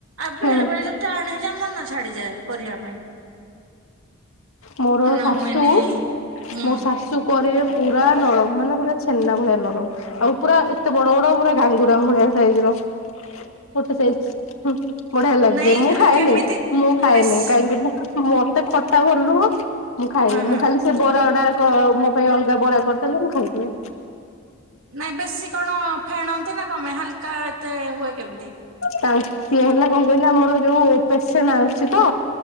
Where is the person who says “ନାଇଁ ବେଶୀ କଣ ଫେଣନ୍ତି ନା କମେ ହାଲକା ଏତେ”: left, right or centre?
Right